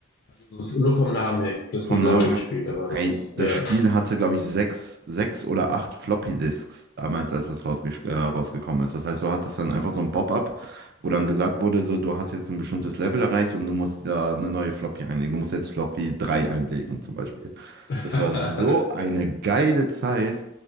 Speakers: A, on the left; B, on the right.
A: Das ist nur vom Namen her. Ich habe das
B: Vom
A: nie selber
B: Namen
A: gespielt,
B: Mhm. her?
A: aber das,
B: Hey, das
A: ja.
B: Spiel hatte, glaube ich, sechs, sechs oder acht Floppy-Disks damals, als das rausge äh, rausgekommen ist. Das heißt, du hattest dann einfach so ein Pop-up, wo dann gesagt wurde, so, du hast jetzt ein bestimmtes Level erreicht und du musst da eine neue Floppy einlegen. Du musst jetzt Floppy 3 einlegen, zum Beispiel.
A: <laughs>
B: Das war so eine geile Zeit.